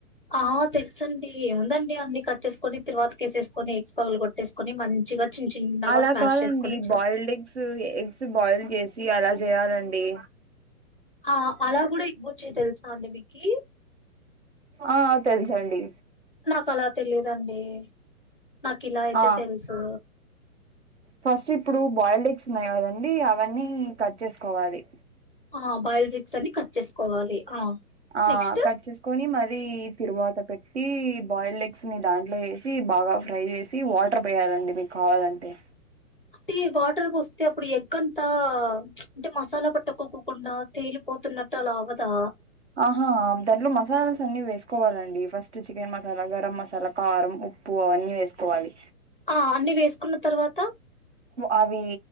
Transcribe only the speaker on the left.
ఆ తెలుసండిముందండి అన్ని కట్ేసుకొని తిరువాతికేసేసుకొని ఎక్స్ పగలు కొట్టేసుకొని మంచిగా చిన్న చిన్నగా
స్మాష్
చేసుకొని చేస్
ఆ అలా కూడా బుచ్చి తెలుసా అండి మీకి
నాకు అలా తెలియదండి నాకు ఇలా అయితే
తెలుసు
ఆ బయోజిక్స్ అన్ని కట్ చేసుకోవాలి ఆ
నెక్స్ట్
అంటే వాటర్ పోస్తే అప్పుడు ఎగ్ అంతా న్చ్ అంటే మసాలా పట్టకొకు కుండా తేలిపోతున్నట్టు అలాఅవ్వదు తా
ఆ అన్ని వేసుకున్న తర్వాత